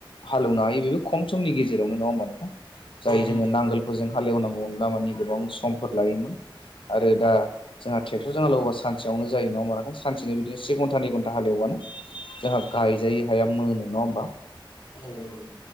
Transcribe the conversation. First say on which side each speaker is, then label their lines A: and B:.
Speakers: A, on the left (about 75°); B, on the left (about 55°).
A: हाल एवनो हायो बेबो खम समनि गेजेरावनो नङा होमबा नोंथां जाय
B: औ नंगौ
A: जोङो नांगोल हजों हालेवनांगौमोनब्ला माने गोबां समफोर लायोमोन। आरो दा जोंहा ट्रेक्टरजों हाल एवबा सानसेयावनो जायो नङा होमबा नोंथां सानसेनो बिदिनो से घन्टा नै घन्टा हालेवानो जोंहा गायजायै हाया मोनो नङा होमबा
B: औ नंगौ